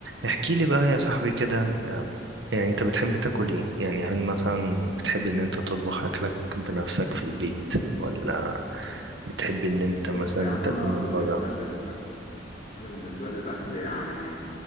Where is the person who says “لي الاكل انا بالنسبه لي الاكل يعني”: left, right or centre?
Left